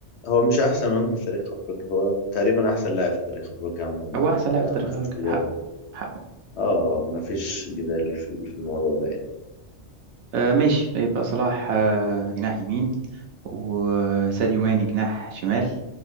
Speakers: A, on the left; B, on the right.
A: هو مش احسن وينج في تاريخ افريقيا هو تقريبا احسن لاعب في تاريخ افريقيا عموما
B: هو
A: يعني
B: أحسن لاعب
A: فما
B: في تاريخ
A: فيش
B: أفريقيا
A: جدال
B: حقه حقه
A: اه مفيش جدال في في الموضوع ده يعني
B: آه ماشي يبقى صلاح آه جناح يمين وساديو ماني جناح شمال